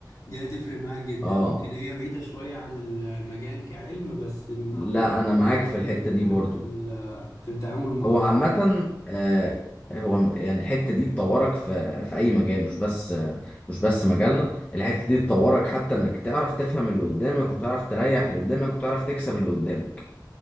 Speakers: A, on the left (about 50°); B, on the left (about 20°).
A: دي هتفرق معاك جدا
B: اه
A: يمكن هي بعيدة شوية عن المجال كعلم بس من
B: لا
A: اكتر الحاجات
B: انا معاك
A: اللي
B: في
A: هتفرق
B: الحتة
A: معاك
B: دي برضو
A: في ال- في التعامل مع
B: هو
A: المرضى
B: عامة آه، هو م- يعني الحتة دي تطورك في في أي مجال مش بس آه، مش بس مجالنا الحتة دي تطورك حتى إنك تعرف تفهم اللي قدامك وتعرف تريح اللي قدامك وتعرف تكسب اللي قدامك